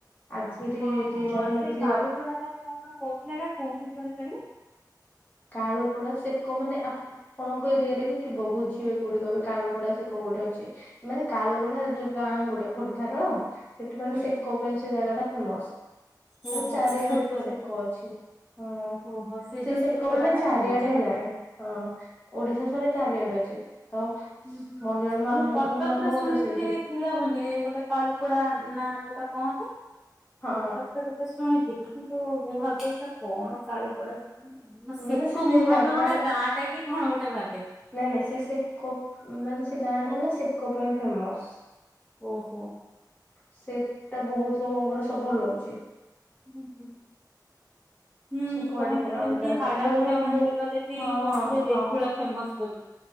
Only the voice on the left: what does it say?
ଆଜି ଏଠି
ଟିକେ
ଯାଇନଥିଲି
କାଳୁପଡା ସେକ ମାନେ ଆପଣଙ୍କ ଏରିଆରେ ବି ଥିବ ବୁଝିବେ କୋଉଠି କହିବେ କଳୁପଡା ସେକ କୋଉଠି ଅଛି ମାନେ କାଳୁପଡା ଯୋଉ ଗାଁ ଗୋଟେ ଖୋର୍ଦ୍ଧାର ସେଠି ମାନେ
ସେକ
ପାଇଁ ସେ ଜାଗା ଟା ଫେମସ ସେମାନେ
ଚାରିଆଡେ
ସେ ସେକ ଅଛି ହଁ
ସେ
ସେ
ଲୋକ ମାନେ
ଚାରିଆଡେ
ହେଲାଣି
ହଁ ଓଡିଶା ସାରା ଚାରିଆଡେ ଅଛି। <unintelligible>
ମୋର ଜଣେ ମାମୁଁ
ମୋ ମାମୁଁ
ଘର ସେଇଠି
ହଁ
ମାନେ ସେ
ଜାଗା
ନାଇଁ ନାଇଁ ସେ ସେକ ମାନେ ସେ ଗାଁ ଟା ହେଲା ସେକ ପାଇଁ ଫେମସ।
ସେଟା ବହୁତ ଲୋକଙ୍କର ସବୁ ଭଲ ହଉଛି।
ସବୁଆଡେ
ସେଟା
ଗୋଟେ ଜାଗା
ମୋ
ମାମୁଁ
ହଁ
ହଁ।